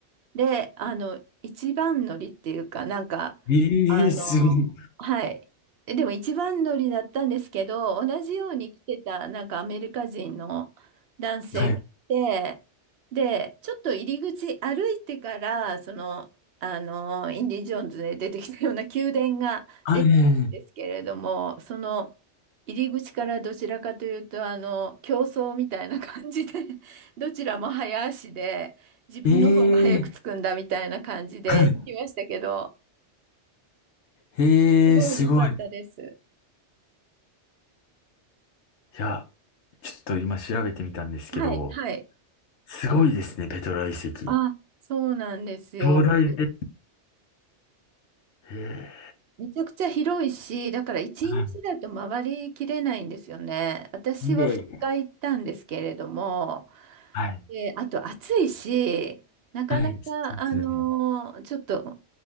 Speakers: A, on the right; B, on the left.
A: で、あの、一番乗りっていうか、なんか、
B: ええーすごい。
A: あの、はい。えでも一番乗りだったんですけど、同じように来てた、なんかアメリカ人の男性がいて、
B: はい。
A: で、ちょっと入り口歩いてから、その、あの、インディ・ジョーンズで出てきたような宮殿が出てくるんですけれども、
B: はい。
A: その、入り口からどちらかというと、あの、競争みたいな感じで、どちらも早足で、自分の方が早く着くんだみたいな感じで行きましたけど、
B: ええはい。ええすごい。
A: すごい良かったです。
B: いや、ちょっと今調べてみたんですけど、
A: はい、はい。
B: すごいですね、ペトラ遺跡。
A: あ、そうなんですよ。
B: 壮大で。
A: で、
B: ええ
A: めちゃくちゃ広いし、だから一日だと回りきれないんですよね。
B: はい。
A: 私は2日行ったんですけれども、
B: いえいえはい。
A: で、あと暑いし、なかなか、
B: はい。そうですよね。
A: あのーちょっと